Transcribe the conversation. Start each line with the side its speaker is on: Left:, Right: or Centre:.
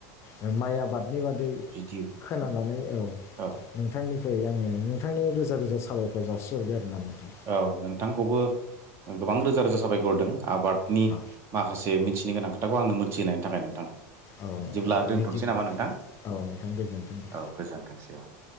Left: ओ माइ आबादनि बादै
Right: बिदि
Left: खोनानानै औ
Right: औ
Left: नोंथांनि नोंथांनि गेजेरजों नोंथांनो रोजा रोजा साबायफोर जासिहरबाय आरोना नोंथां
Right: औ नोंथांखौबो गोबां रोजा रोजा साबायखर होदों आबादनि
Left: औ
Right: माखासे मिथिनो गोनां खोथाखौ आंनो मोथिहोनायनि थाखाय नोंथां
Left: औ नोंथां
Right: बिदिब्ला
Left: दे
Right: दोनथ'सै
Left: बिदिब्ला
Right: नामा नोंथां
Left: औ नोंथां गोजोन्थों दे
Right: औ गोजोनथोंसै औ <inaudible>